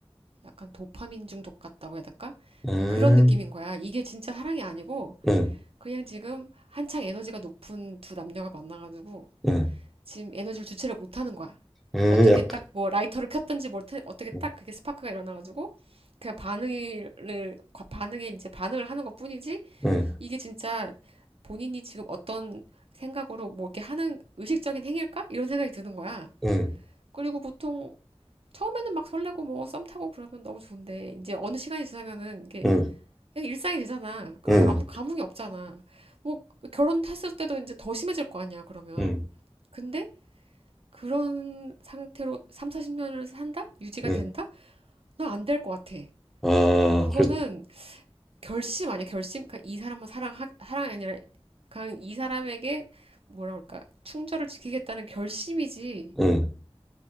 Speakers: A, on the right (about 70°); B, in the centre.
A: 약간 도파민 중독 같다고 해야 될까?
B: 음,
A: 그런 느낌인 거야. 이게 진짜 사랑이 아니고
B: 음,
A: 그냥 지금 한창 에너지가 높은 두 남녀가 만나가지고
B: 음,
A: 지금 에너지를 주체를 못하는 거야.
B: 음,
A: 어떻게
B: 약간,
A: 딱 뭐 라이터를 켰든지 뭘 태- 어떻게 딱
B: 음,
A: 그게 스파크가 일어나가지고 그냥 반응을 반응에 이제 반응을 하는 것뿐이지
B: 음,
A: 이게 진짜 본인이 지금 어떤 생각으로 뭐 이렇게 하는 의식적인 행위일까? 이런 생각이 드는 거야.
B: 음,
A: 그리고 보통 처음에는 막 설레고 뭐 썸 타고 그러면 너무 좋은데 이제 어느 시간이 지나면은 이게
B: 음,
A: 그냥 일상이 되잖아. 그럼
B: 음,
A: 아무 감흥이 없잖아. 뭐 결혼했을 때도 이제 더 심해질 거 아니야, 그러면.
B: 음,
A: 근데 그런 상태로 3, 40년을 산다? 유지가
B: 음.
A: 된다? 나 안 될 것 같아.
B: 아,
A: 그거는
B: 그래,
A: 결심 아니야 결심 그이 사람만 사랑하 사랑이 아니라 그냥 이 사람에게 뭐라 그럴까 충절을 지키겠다는 결심이지
B: 음,